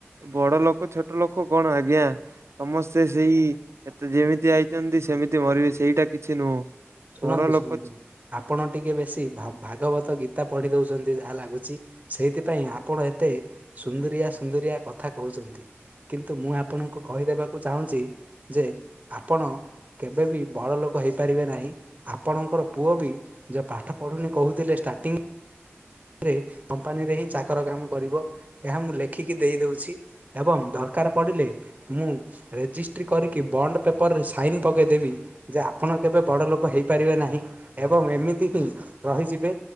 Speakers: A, on the right (about 80°); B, on the right (about 35°).
A: ବଡ ଲୋକ ଛୋଟ ଲୋକ କଣ ଆଜ୍ଞା ସମସ୍ତେ ସେଇ ତ ଯେମିତି ଆଇଚନ୍ତି ସେମିତି ମରିବେ ସେଇଟା କିଛି ନୁହଁ।
B: ଶୁଣନ୍ତୁ
A: ବଡ ଲୋକ
B: ଶୁଣନ୍ତୁ ଆପଣ ଟିକେ ବେଶୀ ଭା ଭାଗବତ ଗୀତା ପଢି ଦଉଛନ୍ତି ଯାହା ଲାଗୁଚି। ସେଇଥିପାଇଁ ଆପଣ ଏତେ ସୁନ୍ଦରିଆ ସୁନ୍ଦରିଆ କଥା କହୁଚନ୍ତି। କିନ୍ତୁ ମୁଁ ଆପଣଙ୍କୁ କହିଦେବାକୁ ଚାହୁଁଚି ଯେ ଆପଣ କେବେବି ବଡ ଲୋକ ହେଇପାରିବେ ନାହିଁ। ଆପଣଙ୍କର ପୁଅ ବି ଯେ ପାଠ ପଢ଼ୁନି କହୁଥିଲେ ଷ୍ଟାର୍ଟିଂ ରେ କମ୍ପାନୀରେ ହିଁ ଚାକର କାମ କରିବ ଏହା ମୁଁ ଲେଖିକି ଦେଇ ଦଉଚି ଏବଂ ଦରକାର ପଡ଼ିଲେ ମୁଁ ରେଜିସ ଟ୍ରି କରିକି ବଣ୍ଡ ପେପର୍ ରେ ସାଇନ୍ ପକେଇଦେବି ଯେ, ଆପଣ କେବେ ବଡ଼ ଲୋକ ହେଇପାରିବେ ନାହିଁ। ଏବଂ ଏମିତି ହିଁ ରହିଯିବେ